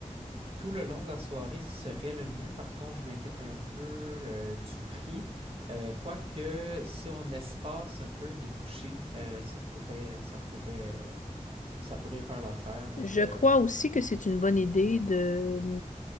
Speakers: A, on the right; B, on the left.
A: tout le long de la soirée serait le mieux. Par contre, je m'inquiète un peu euh, du prix. Euh, quoique, si on espace un peu les bouchées, euh, ça pourrait, ça pourrait, euh, ça pourrait faire l'affaire. Donc,
B: Je
A: euh,
B: crois aussi que c'est une bonne idée de,